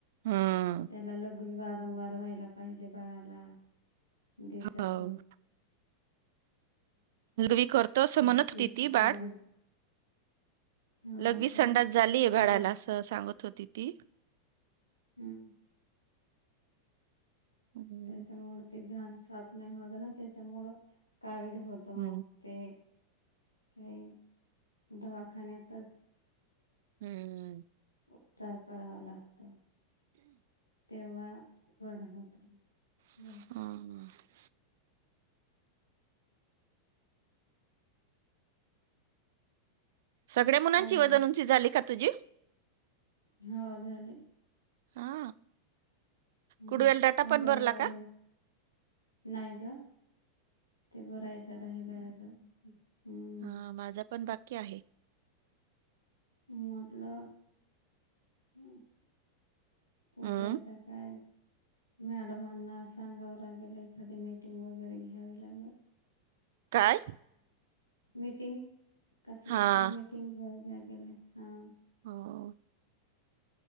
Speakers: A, on the right; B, on the left.
A: हं.
B: त्याला लघवी वारंवार व्हायला पाहिजे बाळाला. देवसाातून
A: हो. वी करर्त समनत
B: शिपण
A: तती बाळ.
B: कराय हो
A: लगवीच
B: पण
A: संडात झालीय
B: त्याला
A: भाड्याला असं सांगत होती ती
B: हम्म.
A: हं,
B: त्याच्यामुं ते घाण साफ नाही होत ना त्याच्यामुं का वेळ होत मग
A: हं,
B: ते हे दवाखान्या तर
A: हम्मम्म.
B: उपचार करावा लागत तेव्हा बरं होत
A: हम
B: बर
A: ह सगळ्या मुलांची
B: काय मग
A: वजन उंची झाली का तुझी
B: होा झाले
A: आा
B: ह
A: कुडवेल डाटा
B: अंगणवाडी
A: पण बरला का
B: नाही ग ते भरायचं राहिल अजून हम्म
A: ह माझा पण वाक्य आहे
B: मतलब हम उद्या
A: हं,
B: आता काय मॅडमांना सांगावं लागेल एखादी मीटिंग वगैरे घ्यावी लागेल
A: काय?
B: मिीटिंग कसली
A: हां,
B: तरी मिटिंग घ्या हा
A: हो